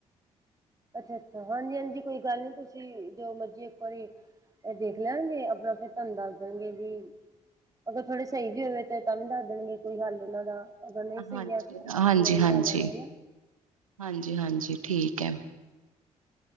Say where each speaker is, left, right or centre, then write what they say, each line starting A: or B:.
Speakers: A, on the right; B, on the right.
A: ਅੱਛਾ ਅੱਛਾ ਹਾਂਜੀ ਹਾਂਜੀ ਕੋਈ ਗੱਲ ਨੀ ਤੁਸੀਂ ਜੋ ਮਰਜੀ ਇੱਕ ਵਾਰੀ ਇਹ ਦੇਖ ਲੈਣਗੇ ਆਪਣਾ ਫਿਰ ਤੁਹਾਨੂੰ ਦੱਸ ਦੇਣਗੇ ਵੀ ਅਗਰ ਥੋੜੇ ਸਹੀ ਵੀ ਹੋਵੇ ਤੇ ਤਾਂ ਵੀ ਦੱਸ ਦੇਣਗੇ ਕੋਈ ਹੱਲ ਉਹਨਾਂ ਦਾ ਅਗਰ
B: ਹਾਂਜੀ
A: ਨਹੀਂ ਸਹੀ ਹੈ ਤੇ ਫਿਰ
B: ਹਾਂਜੀ
A: ਤੁਸੀਂ ਨਿਆ
B: ਹਾਂਜੀ
A: ਲੈਣਾ ਹੈ।
B: ਹਾਂਜੀ ਹਾਂਜੀ ਠੀਕ ਹੈ।